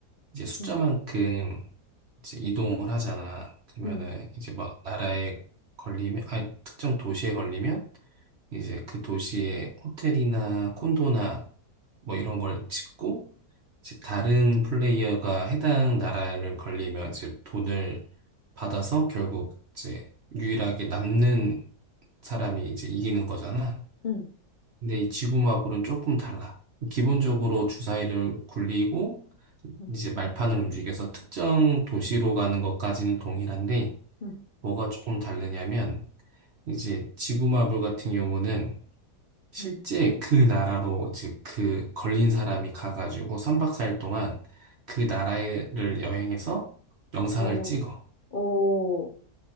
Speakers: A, on the right; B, on the left.
A: 이제 숫자만큼
B: 음,
A: 이제 이동을 하잖아. 그러면은
B: 음,
A: 이제 막 나라에 걸리면 아 특정 도시에 걸리면 이제 그 도시에 호텔이나 콘도나 뭐 이런 걸 짓고 이제 다른 플레이어가 해당 나라를 걸리면 이제 돈을 받아서 결국 이제 유일하게 남는 사람이 이제 이기는 거잖아.
B: 음,
A: 근데 이 지구마블은 조금 달라. 기본적으로 주사위를 굴리고
B: 음,
A: 이제 말판을 움직여서 특정 도시로 가는 것까지는 동일한데
B: 음,
A: 뭐가 조금 다르냐면 이제 지구마블 같은 경우는 실제
B: 음.
A: 그 나라로 즉 그 걸린 사람이 가가지고 3박 4일 동안 그 나라를 여행해서 영상을
B: 오,
A: 찍어.
B: 오,